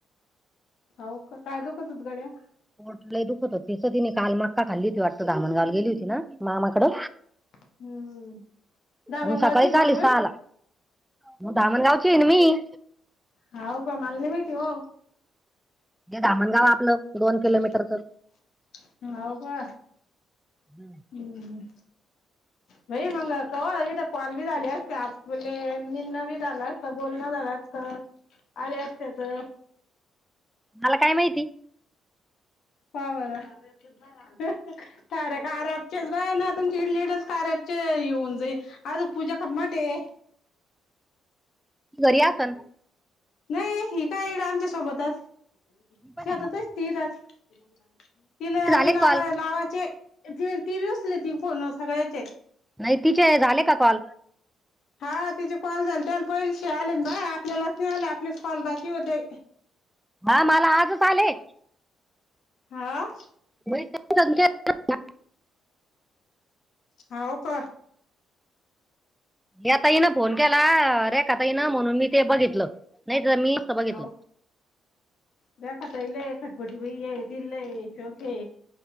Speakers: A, on the left; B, in the centre.
A: हाव का काय दुखत गड्या?
B: पोठ लई दुखत होती, तिचं तिने काल मक्का खाल्ली होती वाटत, धामणगावला गेली होती ना मामाकडं
A: हम्म. दामणगावचे
B: म सकाळीच
A: का
B: आली
A: मामा?
B: सहाला, मग धामणगावची हाएना मी
A: हाव का मला नाही माहिती ओ?
B: हे धामणगाव आपलं. दोन किलोमीटरचं
A: हुं हाव का?
B: हम्म.
A: हुं हुं लई वंगाळ कवा इल कॉल बी झाले असते, आज मले निणं बी झालं असत, बोलणं झालं असत, आले असते. त्याच
B: मला काय माहिती?
A: का बर? <unintelligible> काऱ्या काऱ्याचेच बाई ना तुमची इडली एक दिवस कारयाचे येऊन जाईल. अजून पूजा कमाटे हाये.
B: त घरी असन.
A: नाही ही काय? इड आमच्या सोबतच
B: तिचे
A: शेतातच असती आज तिला
B: झाले
A: बी लाव
B: कॉल
A: लावाचे, ति बी उचलति फोन सगळ्याचे
B: नाही तिचे झाले का कॉल?
A: हा तिचे कॉल झालते पैसे आले न बा, आपल्यालाच नाही आले, आपलेच कॉल बाकी होते.
B: हा मला आजच आले.
A: हां.
B: म संख्या <unintelligible>
A: हाव का?
B: या ताई न फोन केला आ रेखाताई न, म्हणून मी ते बघितलं नाही तर मी बघितलं
A: ह द खात येल खटपटी बाई ये ति नाही शोके